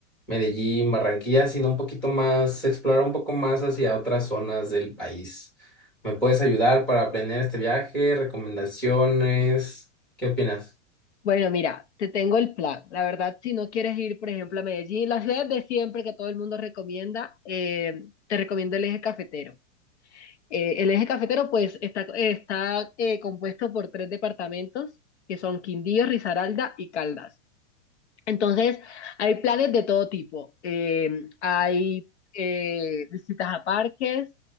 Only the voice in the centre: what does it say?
Medellín, Barranquilla, sino un poquito más, explorar un poco más hacia otras zonas del país. ¿Me puedes ayudar para planear este viaje? ¿Recomendaciones? ¿Qué opinas?